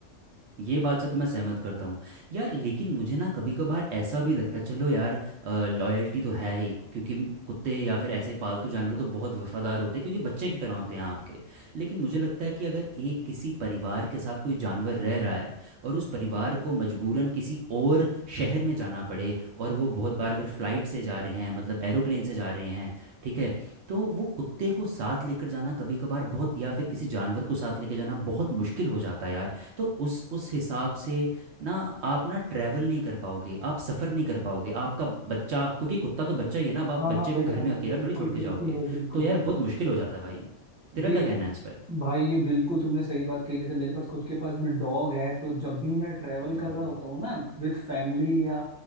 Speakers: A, on the right; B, on the right.
A: ये बात से तो मैं सहमत करता हूँ यार लेकिन मुझे ना कभी कभार ऐसा भी लगता है चलो यार लॉयल्टी तो है ही क्योंकि कुत्ते या फिर ऐसे पालतू जानवर तो बहुत वफादार होते हैं क्योंकि बच्चे की तरह होते हैं आपके लेकिन मुझे लगता है कि अगर एक किसी परिवार के साथ कोई जानवर रह रहा है और उस परिवार को मजबूरन किसी और शहर में जाना पड़े और वो बहुत बार अगर फ्लाइट से जा रहे हैं मतलब एरोप्लेन से जा रहे हैं ठीक है तो वो कुत्ते को साथ लेकर जाना कभी कभार बहुत या फिर किसी जानवर को साथ लेकर जाना बहुत मुश्किल हो जाता है यार तो उस उस हिसाब से ना आप ना ट्रैवल नहीं कर पाओगे आप सफ़र नहीं कर पाओगे आपका बच्चा क्योंकि कुत्ता तो बच्चा ही है ना अब आप
B: हाँ हाँ
A: बच्चे
B: भाई
A: को घर
B: हाँ
A: में अकेला
B: भाई बिल्कुल
A: थोड़ी छोड़ के
B: बिल्कुल
A: जाओगे
B: भाई बिल्कुल
A: तो यार बहुत मुश्किल हो जाता है भाई तेरा
B: ये
A: क्या कहना है इस पर
B: भाई ये बिल्कुल तुमने सही बात कही जैसे मेरे पास खुद के पास भी डॉग है तो जब भी मैं ट्रेवल
A: हम्म
B: कर रहा होता हूँ ना विद फैमिली या